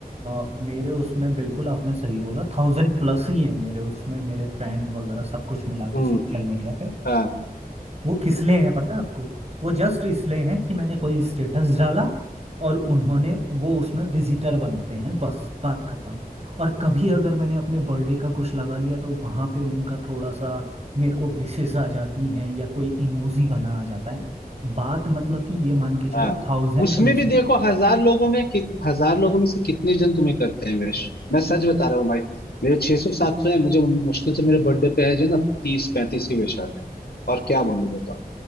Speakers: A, on the right; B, on the left.
A: अ, मेरे उसमें बिल्कुल आपने सही बोला थाउजेंड प्लस ही है मेरे उसमें मेरे फ्रेंड वगैरह सब कुछ मिला के
B: हम्म
A: सोशल मीडिया पे
B: हाँ।
A: वो किस लिए हैं पता है आपको वो जस्ट इसलिए हैं कि मैंने कोई स्टेटस डाला और उन्होंने वो उसमें विजिटर बनते हैं बस बात खत्म और कभी अगर मैंने अपने बर्थडे का कुछ लगा लिया तो वहां पे उनका थोड़ा सा मेरे को विशेष आ जाती हैं या कोई इमोजी बना आ जाता है बात मतलब कि ये मान के चलो
B: हाँ
A: थाउजेंड
B: उसमें
A: में से
B: भी देखो हजार लोगों में कि, हजार लोगों में से कितने जन तुम्हें करते हैं विश मैं सच बता रहा हूँ भाई मेरे 600 सौ सात सौ है मुझे मुश्किल से मेरे बर्थडे पे है जो ना तीस पैंतीस ही विश आते हैं और क्या बोलूं बताओ